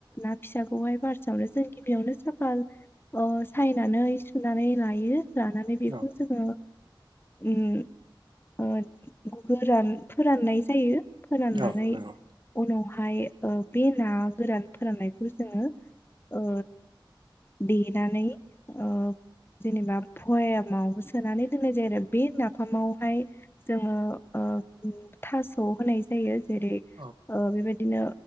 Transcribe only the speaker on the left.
ना फिसाखौहाय फार्सेआवनो जों गिबियावनो साफा ओ सायनानै सुनानै लायो। लानानै बेखौ
जोङो ओम ओ गोरान फोराननाय जा जायो। फोराननानै
उनाव ओमफ्राय ओ बे ना गोरान फोराननायखौ जोङो ओ देनानै ओ जेनेबा भयामाव सोनानै दोननाय जायो आरो बे नाफामावहाय जोङो ओ थस' खौ होनाय जायो। जेरै
ओ बिबाय बिदिनो